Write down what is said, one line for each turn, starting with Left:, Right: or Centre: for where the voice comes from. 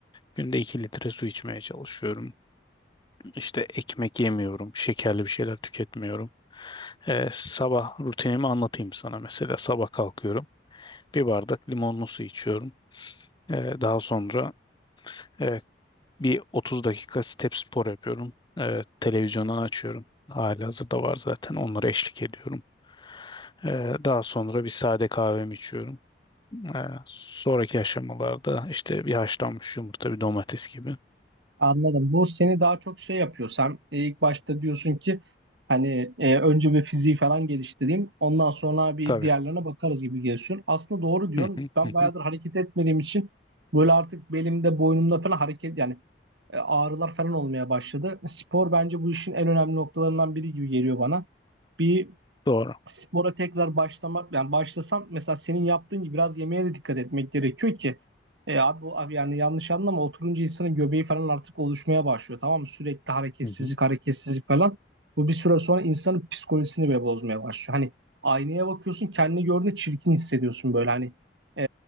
Left: Günde iki litre su içmeye çalışıyorum. İşte ekmek yemiyorum. Şekerli bir şeyler tüketmiyorum. Ee, sabah rutinimi anlatayım sana. Mesela sabah kalkıyorum. Bir bardak limonlu su içiyorum. Ee, daha sonra e, bir 30 dakika step spor yapıyorum. Ee, televizyondan açıyorum. Halihazırda var zaten. Onlara eşlik ediyorum. Ee, daha sonra bir sade kahvemi içiyorum. Ee, sonraki aşamalarda işte bir haşlanmış yumurta, bir domates gibi.
Right: Anladım. Bu seni daha çok şey yapıyor. Sen e, ilk başta diyorsun ki hani e, önce bir fiziği falan geliştireyim. Ondan sonra bir
Left: Tabii.
Right: diğerlerine bakarız gibi geliyorsun. Aslında doğru diyorsun.
Left: Hı hı,
Right: Ben
Left: hı
Right: bayağıdır
Left: hı.
Right: hareket etmediğim için böyle artık belimde, boynumda falan hareket yani e, ağrılar falan olmaya başladı. Spor bence bu işin en önemli noktalarından biri gibi geliyor bana. Bir
Left: Doğru.
Right: spora tekrar başlamak yani başlasam mesela senin yaptığın gibi biraz yemeğe de dikkat etmek gerekiyor ki e abi, bu- abi yani yanlış anlama oturunca insanın göbeği falan artık oluşmaya başlıyor tamam mı? Sürekli hareketsizlik
Left: Hı hı.
Right: hareketsizlik falan. Bu bir süre sonra insanın psikolojisini bile bozmaya başlıyor. Hani aynaya bakıyorsun kendini gördüğünde çirkin hissediyorsun böyle hani e,